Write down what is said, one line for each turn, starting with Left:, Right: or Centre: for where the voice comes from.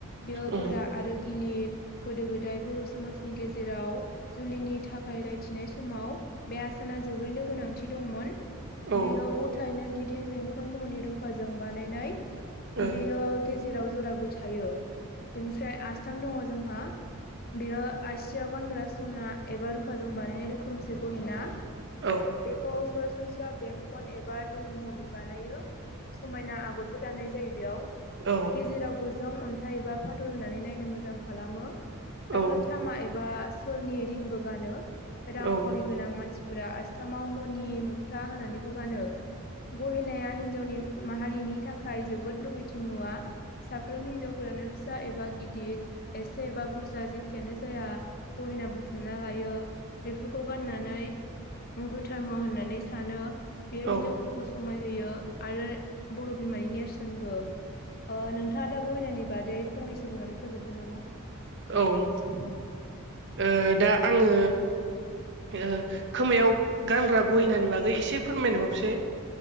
Left: बेयाव
Right: उम
Left: गोरा आरो गिलिर। गोदो गोदाय बर' समाजनि गेजेराव जुलिनि थाखाय रायथिनाय समाव बे आसाना जोबोरैनो गोनांथि दंमोन।
Right: औ ओ
Left: बेयो गथायैनो गिदिर बेंखन महरनि रुफाजों बानायनाय।
Right: औ
Left: बेयो गेजेराव जराबो थायो। बेनिफ्राय आसथाम दङ जोंहा बेयो आसियाव गानग्रा सना एबा रुफाजों बानायनाय रोखोमसे गहेना।
Right: औ।
Left: खौ सरासनस्रा बेंखन एबा रिं महरनि बानायो। समायना आगरबो दाननाय जायो बेयाव।
Right: औ।
Left: गेजेराव गोजौ अन्थाइ एबा फाथल होनानै नायनो मोजां खालामो खायफा
Right: औ
Left: थामा एबा बा सोरनि रिंबो गानो रांरि
Right: उम
Left: गोनां मानसिफ्रा आसथामाव नि मुथा होनानैबो गानो गहेनाया हि हिनजावनि माहारिनि थाखाय जोबोद लुगैथि मुवा। साफ्रोम हिनजावफोरानो फिसा एबा गिदिर एसे एबा बुरजा जेखियानो जाया। गहेना बुथुमना लायो बेफोरखौ गाननानै धर्म होननानै सानो बेयो
Right: औ
Left: हिजावफोरखौ
Right: औ
Left: समाय होयो आरो बर' बिमानि नेरसोनबो नोंथाङा दा गहेनानि बादै फंनैसो बुंनानै फोजोबदो नामा?
Right: औ ओ दा आङो ओ खोमायाव गानग्रा गहिनानि बागै एसे फोरमायनोबावसै‌।